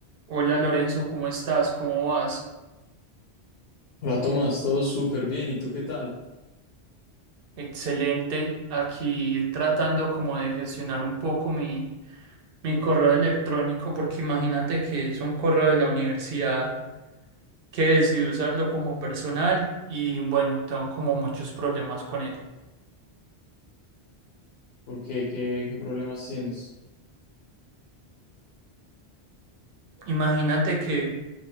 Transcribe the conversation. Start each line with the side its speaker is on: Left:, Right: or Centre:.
Right: Hola Lorenzo, ¿cómo estás? ¿Cómo vas?
Left: Hola Tomás, todo súper bien. ¿Y tú qué tal?
Right: Excelente. Aquí tratando como de gestionar un poco mi, mi correo electrónico, porque imagínate que es un correo de la universidad que decidí usarlo como personal y bueno, tengo como muchos problemas con él.
Left: ¿Por qué? ¿Qué, qué problemas tienes?
Right: Imagínate que